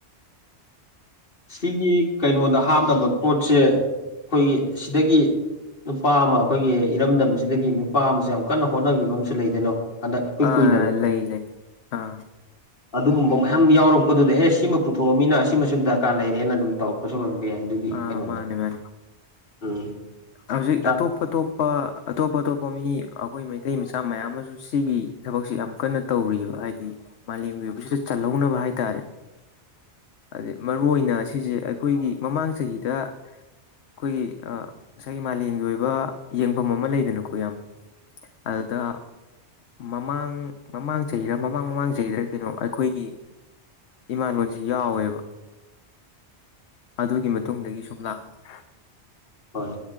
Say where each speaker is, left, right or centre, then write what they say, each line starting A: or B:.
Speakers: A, on the left; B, on the left.
A: ꯁꯤꯒꯤ ꯀꯩꯅꯣꯗ ꯍꯥꯞꯅꯕ ꯄꯣꯠꯁꯦ ꯑꯩꯈꯣꯏꯒꯤ ꯁꯤꯗꯒꯤ ꯅꯨꯄꯥ ꯑꯃ ꯑꯩꯈꯣꯏꯒꯤ ꯏꯔꯝꯗꯝꯁꯤꯗꯒꯤ ꯅꯨꯄꯥ ꯑꯃꯁꯨ ꯌꯥꯝ ꯀꯟꯅ ꯍꯣꯠꯅꯈꯤꯕ ꯑꯃꯁꯨ ꯂꯩꯗꯅ ꯍꯟꯗꯛ ꯏꯀꯨꯏ
B: ꯑꯥ
A: ꯀꯨꯏꯗꯕꯤ
B: ꯂꯩ ꯂꯩ ꯑꯥ
A: ꯑꯗꯨꯒꯨꯝꯕ ꯃꯌꯥꯝ ꯌꯥꯎꯔꯛꯄꯗꯨꯗ ꯑꯦ ꯁꯤꯃ ꯄꯨꯊꯣꯛꯑꯃꯤꯅ ꯁꯤꯃꯁꯨ ꯗꯔꯀꯥꯔ ꯂꯩꯔꯦꯅ ꯑꯗꯨꯝ ꯇꯧꯔꯛꯄꯁꯨ ꯑꯣꯏꯔꯝꯕ ꯌꯥꯏ ꯑꯗꯨꯒꯤ
B: ꯑꯥ
A: ꯀꯩꯅꯣꯗ
B: ꯃꯥꯅꯦ ꯃꯥꯅꯦ
A: ꯎꯝ
B: ꯍꯧꯖꯤꯛ
A: ꯑ
B: ꯑꯇꯣꯞ ꯑꯇꯣꯞꯄ ꯑꯇꯣꯞ ꯑꯇꯣꯞꯄ ꯃꯤ ꯑꯩꯈꯣꯏ ꯃꯩ ꯇꯩ ꯃꯆꯥ ꯃꯌꯥꯝ ꯑꯃꯁꯨ ꯁꯤꯒꯤ ꯊꯕꯛꯁꯦ ꯌꯥꯝ ꯀꯟꯅ ꯇꯧꯔꯤꯕ ꯍꯥꯏꯗꯤ ꯃꯥꯂꯦꯝꯒꯤ ꯑꯣꯏꯕꯁꯤꯗ ꯆꯜꯍꯧꯅꯕ ꯍꯥꯏ ꯍꯥꯏꯇꯥꯔꯦ
A: <inaudible>
B: ꯑꯗꯩ ꯃꯔꯨ ꯑꯣꯏꯅ ꯁꯤꯁꯦ ꯑꯩꯈꯣꯏꯒꯤ ꯃꯃꯥꯡ ꯆꯍꯤꯗ ꯑꯩꯈꯣꯏꯒꯤ ꯑꯥ ꯉꯁꯥꯏꯒꯤ ꯃꯥꯂꯦꯝꯒꯤ ꯑꯣꯏꯕ ꯌꯦꯡꯕꯝ ꯑꯃ ꯂꯩꯗꯅꯀꯣ ꯏꯌꯥꯝꯕ ꯑꯗꯨꯗ ꯃꯃꯥꯡ ꯃꯃꯥꯡ ꯆꯍꯤꯔꯥ ꯃꯃꯥꯡ ꯃꯃꯥꯡ ꯆꯍꯤꯗꯔꯥ ꯀꯩꯅꯣ ꯑꯩꯈꯣꯏꯒꯤ ꯏꯃꯥꯂꯣꯟꯖꯤ ꯌꯥꯎꯋꯦꯕ ꯑꯗꯨꯒꯤ ꯃꯇꯨꯡꯗꯒꯤ ꯁꯨꯝ ꯂꯥꯛꯄꯅꯦ
A: ꯍꯣꯏ